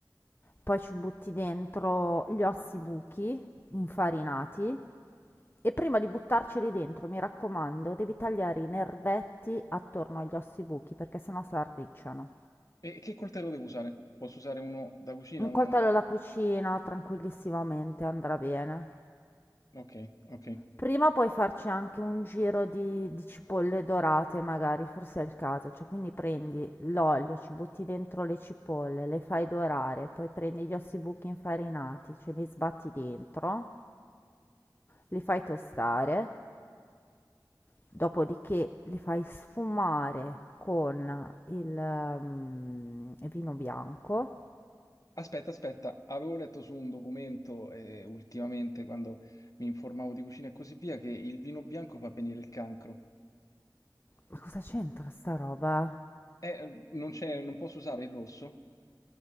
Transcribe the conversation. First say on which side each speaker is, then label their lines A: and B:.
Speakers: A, on the left; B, on the left.
A: poi ci butti dentro gli ossi buchi infarinati e prima di buttarceli dentro, mi raccomando, devi tagliare i nervetti attorno agli ossi buchi perché sennò si arricciano.
B: E che coltello devo usare? Posso usare uno da cucina?
A: Un
B: Non...
A: coltello alla cucina tranquillissimamente andrà bene.
B: Ok, ok.
A: Prima puoi farci anche un giro di, di cipolle dorate, magari, forse è il caso. Cioè, quindi prendi l'olio, ci butti dentro le cipolle, le fai dorare, poi prendi gli ossibuchi infarinati, ce li sbatti dentro, li fai tostare, dopodiché li fai sfumare con il, mm, vino bianco.
B: Aspetta, aspetta, avevo letto su un documento eh, ultimamente, quando mi informavo di cucina e così via, che il vino bianco fa venire il cancro.
A: Ma cosa c'entra sta roba?
B: Eh, non c'è, non posso usare il rosso?